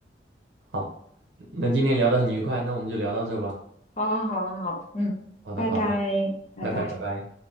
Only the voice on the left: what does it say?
好好好好好，嗯，
拜拜，
拜拜。